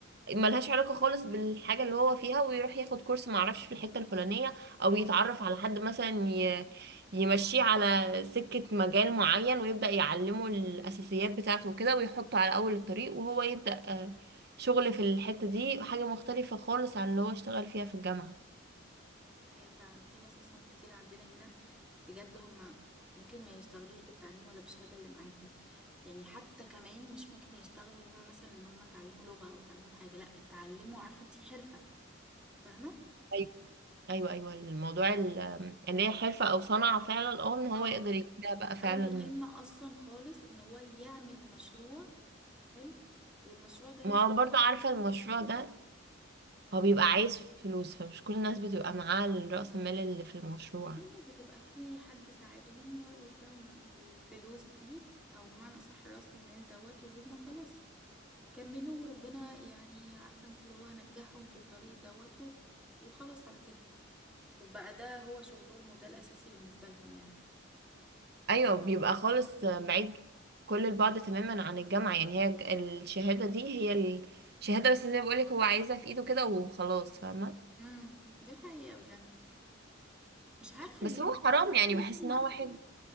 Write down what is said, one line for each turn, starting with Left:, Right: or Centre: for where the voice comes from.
Right: ملهاش علاقة خالص بالحاجة اللي هو فيها ويروح ياخد كورس معرفش في الحتة الفلانية أو يتعرف على حد مثلا ي- يمشيه على سكة مجال معين ويبدأ يعلمه الأساسيات بتاعته وكده ويحطه على أول الطريق وهو يبدأ آه، شغل في الحتة دي حاجة مختلفة خالص عن اللي هو اشتغل فيها في الجامعة
Centre: دي حقيقة فعلا في ناس اصلا كتير عندنا هنا بجد هما ممكن ما يشتغلوش بالتعليم ولا بالشهادة اللي معاهم يعني حتى كمان مش ممكن يشتغلوا اللي هم مثلا ان هم اتعلموا لغة او اتعلموا حاجة لا اتعلموا عارفة انتي حرفة فاهمة
Right: أيوة أيوة أيوة الموضوع ال- اللي هي حرفة أو صنعة فعلا اه إن هو
Centre: اه
Right: يقدر يجيب ده بقى فعلا
Centre: او يا اما اصلا خالص ان هو يعمل مشروع حلو والمشروع ده يمشي
Right: ما هو برضه
Centre: في
Right: عارفة المشروع
Centre: الشغل.
Right: ده هو بيبقى عايز فلوس فمش كل الناس بتبقى معاه رأس المال اللي في المشروع
Centre: في ناس بتبقى في حد ساعدهم واداهم الفلوس دي او بمعنى اصح راس المال دوت وهم خلاص كملوا وربنا يعني عارفة انت اللي هو نجحهم في الطريق دوت و- وخلاص على كده وبقى ده هو شغلهم وده الأساسي بالنسبة لهم يعني
Right: ايوه بيبقى خالص بعيد كل البعد تماما عن الجامعة يعني هي ج- الشهادة دي هي الشهادة بس زي ما بقولك هو عايزها في ايده كده وخلاص فاهمة
Centre: امم دي حقيقة بجد مش عارفة
Right: بس
Centre: ليه
Right: هو حرام
Centre: مش عارفة
Right: يعني
Centre: ان
Right: بحس ان هو
Centre: احنا
Right: واحد